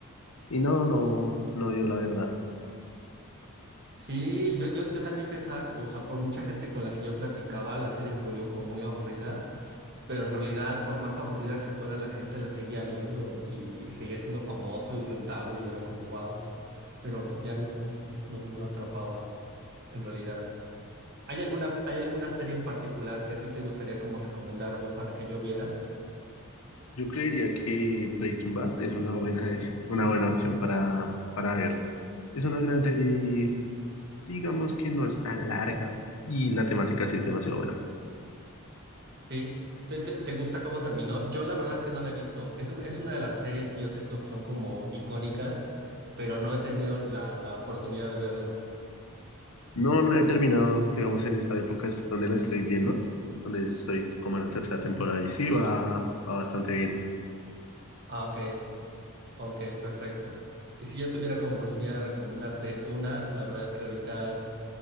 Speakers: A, on the left; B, on the right.
A: y no, no, no dio la verdad.
B: Sí, yo, yo, yo también pensaba, o sea, por mucha gente con la que yo platicaba, la serie se volvió como muy aburrida, pero en realidad, por más aburrida que fuera, la gente la seguía viendo y, y seguía siendo famoso y rentable y era como wow, pero ya no, no, no atrapaba en realidad. ¿Hay alguna, hay alguna serie en particular que a ti te gustaría como recomendarme para que yo viera?
A: Yo creería que Breaking Bad es una buena, <laughs> una buena opción para, para ver. Es una gran serie y digamos que no es tan larga y la temática sí es demasiado buena.
B: Sí. ¿Te, te, te gusta cómo terminó? Yo la verdad es que no la he visto. Es, un- es una de las series que yo sé que son como icónicas, pero no he tenido la, la oportunidad de verla.
A: No no la he terminado, digamos, en esta época es donde la estoy viendo, donde estoy como en la tercera temporada y sí va, va bastante bien.
B: Ah, ok, ok, perfecto. Y si yo tuviera como oportunidad de recomendarte una, la verdad es que ahorita